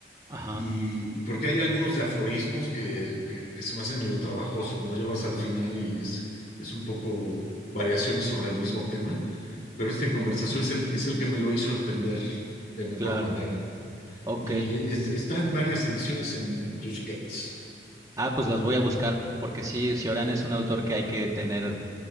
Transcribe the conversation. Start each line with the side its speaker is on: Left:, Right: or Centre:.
Right: ajá,
Left: Y, y porque hay algunos de aforismos que, que, que se me hacen medio trabajosos, ¿no? Ya vas al final y es, es un poco variaciones sobre el mismo tema, pero esta conversación es el, es el que me lo hizo entender de mejor
Right: claro,
Left: manera.
Right: ok.
Left: Y es- están varias ediciones en, en Tusquets.
Right: Ah, pues los voy a buscar, porque sí, Cioran es un autor que hay que tener,